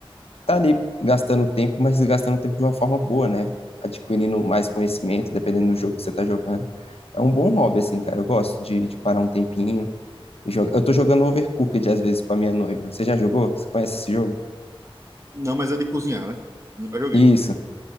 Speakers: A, on the left; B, on the right.
A: tá ali gastando tempo, mas gastando tempo de uma forma boa, né? Adquirindo mais conhecimento, dependendo do jogo que você tá jogando. É um bom hobby, assim, cara. Eu gosto de, de parar um tempinho e joga- Eu tô jogando Overcooked às vezes com a minha noiva. Você já jogou? Você conhece esse jogo?
B: Não, mas é de cozinhar, né? Nunca joguei.
A: Isso,